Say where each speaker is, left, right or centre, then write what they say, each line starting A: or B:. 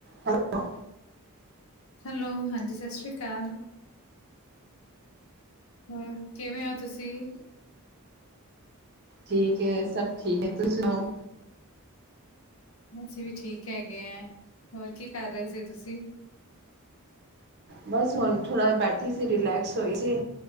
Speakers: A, on the right; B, on the left.
A: Hello,
B: hello ਹਾਂਜੀ ਸਤਿ ਸ੍ਰੀ ਅਕਾਲ। ਹੂੰ, ਕਿਵੇਂ ਹੋ ਤੁਸੀਂ?
A: ਠੀਕ ਐ ਸਭ ਠੀਕ ਐ ਤੁਸੀਂ ਸੁਣਾਓ।
B: ਅਸੀਂ ਵੀ ਠੀਕ ਹੈਗੇ ਐ, ਹੋਰ ਕੀ ਕਰ ਰਹੇ ਸੀ ਤੁਸੀਂ।
A: ਬਸ ਹੁਣ ਥੋੜਾ ਬੈਠੀ ਸੀ ਰਿਲੈਕਸ ਹੋਈ ਸੀ,